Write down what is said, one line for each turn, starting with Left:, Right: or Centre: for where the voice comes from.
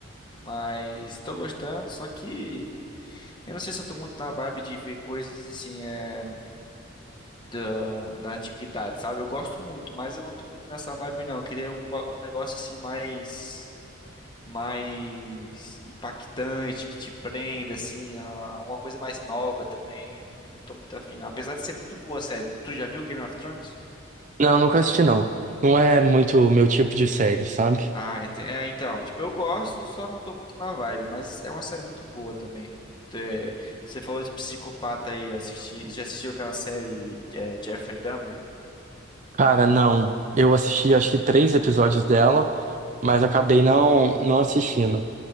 Left: mas tô gostando, só que eu não sei se eu tô muito na vibe de ver coisas assim, é, da, da antiguidade, sabe? Eu gosto muito, mas eu não tô muito nessa vibe não, eu queria um, ba- um negócio assim mais, mais impactante, que te prenda, assim, a- uma coisa mais nova também, eu não, não tô muito afim, não. Apesar de ser muito boa a série, tu já viu Game of Thrones?
Right: Não, nunca assisti, não. Não é muito o meu tipo de série, sabe?
Left: Ah, ente- é, então, tipo, eu gosto, só não tô muito na vibe, mas é uma série muito boa também. É, você falou de psicopata aí, eu assisti, já assistiu aquela série é, Jeffrey Dahmer?
Right: Cara, não. Eu assisti acho que três episódios dela, mas acabei não, não assistindo.